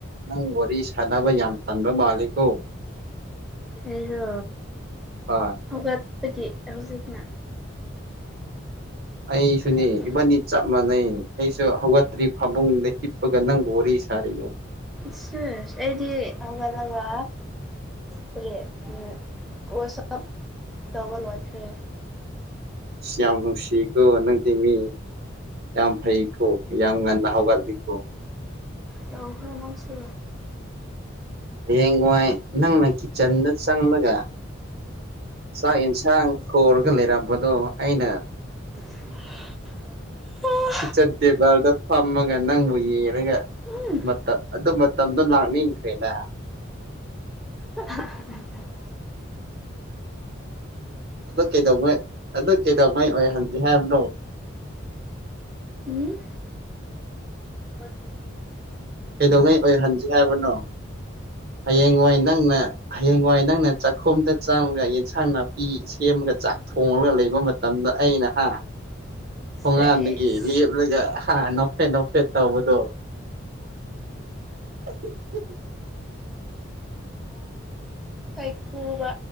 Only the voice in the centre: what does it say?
ꯑꯩꯔꯣ
ꯍꯧꯒꯠꯄꯒꯤ ꯍꯧꯖꯤꯛꯅ
ꯈꯔꯗꯤ
ꯆꯦꯁ ꯑꯩꯗꯤ ꯍꯧꯒꯠꯂꯒ ꯀꯌꯤ ꯎꯝ ꯀꯁꯞ ꯇꯧꯕ ꯂꯣꯏꯈ꯭ꯔꯦ
ꯇꯧꯕꯔ ꯅꯪꯁꯨ
<inaudible>
ꯎꯝ
<unintelligible>
ꯎꯝ ꯄꯀꯤꯁ <unintelligible>
ꯁꯦꯁ
ꯀꯥꯏꯈꯨꯕ